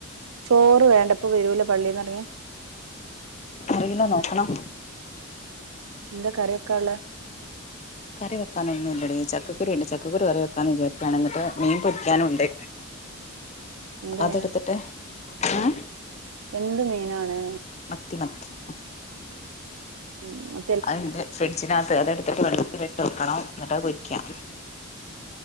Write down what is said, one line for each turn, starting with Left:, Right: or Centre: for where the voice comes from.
Right: ചോറ് വേണ്ടപ്പോ വെരൂലെ പള്ളിന്നെറങ്ങി
Left: അറിയില്ല നോക്കണം
Right: എന്താ കറി വെക്കാള്ളെ
Left: കറി വെക്കാ ഒന്നുല്ല ടീ ചക്കകുരു ഉണ്ട് ചക്കകുരു കറി വെക്കാന്ന് വിചാരിക്കാണ് എന്നിട്ട് മീൻ പൊരിക്കാനും ഉണ്ട്
Right: എന്ത്
Left: അതെടുത്തിട്ട്
Right: മീനാ
Left: ഏങ്
Right: എന്ത് മീനാണ്
Left: മത്തി മത്തി
Right: ഉംമ്
Left: അത്ണ്ട് ഫ്രിഡ്ജിനകത്ത് അതെടുത്തിട്ട് വെള്ളത്തിലിട്ട് വെക്കണം എന്നിട്ട്ത് പൊരിക്കാം